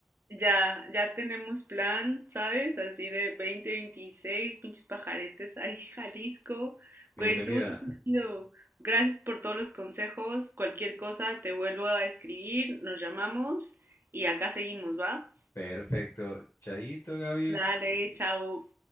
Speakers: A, on the right; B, on the left.
A: ya, ya tenemos plan, ¿sabes? Así de veinte veintiséis pinches pajaretes ahí, <laughs> Jalisco. Güey,
B: Bienvenida.
A: estuvo súper chido. Gracias por todos los consejos. Cualquier cosa, te vuelvo a escribir, nos llamamos y acá seguimos, ¿va?
B: Perfecto. Chaito, Gaby.
A: Dale, chao.